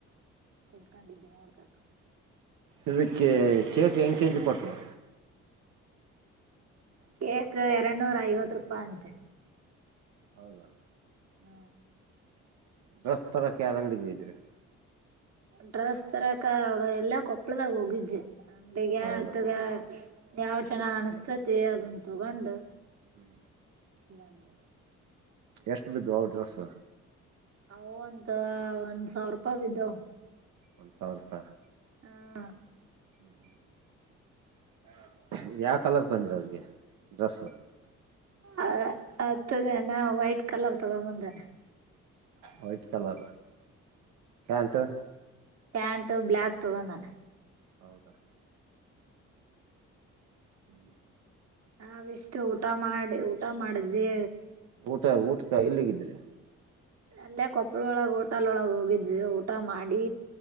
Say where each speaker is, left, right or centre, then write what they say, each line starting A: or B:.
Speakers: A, on the right; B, on the right.
A: ಕುಂತ್ಕೊಂಡಿದ್ವಿ ನೋಡ್ಕಾಕ.
B: ಇದ್ ಕೇ ಕೇಕ್ ಎಂಗ್ ಕೆಜಿ ಕೊಟ್ರು?
A: ಕೇಕ್ ಎರಡ್ ನೂರ್ ಐವತ್ ರೂಪಾಯ್ ಅಂತೆ.
B: ಹೌದಾ?
A: ಹ್ಮ
B: ಡ್ರಸ್ ತರಕ್ ಯಾರ್ ಅಂಗ್ಡಿಗ್ ಓಗಿದ್ರಿ?
A: ಡ್ರಸ್ ತರಾಕಾ <unintelligible> ಎಲ್ಲಾ ಕೊಪ್ಪಳದಾಗ್ ಹೋಗಿದ್ವಿ. <unintelligible>
B: ಹೌದಾ
A: ಯಾವ್ದ್ ಚನ್ನಾಗ್ ಅನಸ್ತೈತಿ ಅದನ್ ತಗೊಂಡು
B: ಹ್ಮು.
A: ಬಂದ್
B: ಎಷ್ಟ್ ಬಿದ್ವ್ ವ್ ಡ್ರೆಸ್ಸು?
A: ಅವ್ ಅಂತ್ ಒಂದ್ ಸಾವ್ರ್ ರೂಪಾಯ್ ಬಿದ್ದಾವು.
B: ಒಂದ್ ಸಾವ್ರ್ರೂಪಾಯ್.
A: ಹ್ಞಾಂ.
B: <unintelligible> ಯಾವ್ ಕಲರ್ ತಂದ್ರಿ ಅವ್ರಗೆ, ಡ್ರೆಸ್ಸು?
A: ಆ <unintelligible> ಅಣಾ ವೈಟ್ ಕಲರ್ ತಗೊಂಬಂದೋ ಅಣಾ.
B: ವೈಟ್ ಕಲರ, ಪ್ಯಾಂಟ?
A: ಪ್ಯಾಂಟು ಬ್ಲ್ಯಾಕ್ ತಗೊಂಡಾನ.
B: ಹೌದಾ? ಹ್ಮ್.
A: ನಾವಿಷ್ಟ್ ಊಟ ಮಾಡಿ ಊ ಟ ಮಾಡದ್ವಿ
B: ಊಟ ಊಟಕ ಎಲ್ಲಿಗಿದ್ರಿ?
A: ಅಲ್ಲೇ ಕೊಪ್ಪಳ್ದೊಳಗ್ ಓಟಾಲೊಳಗ್ ಹೋಗಿದ್ವಿ, ಊಟ ಮಾಡೀ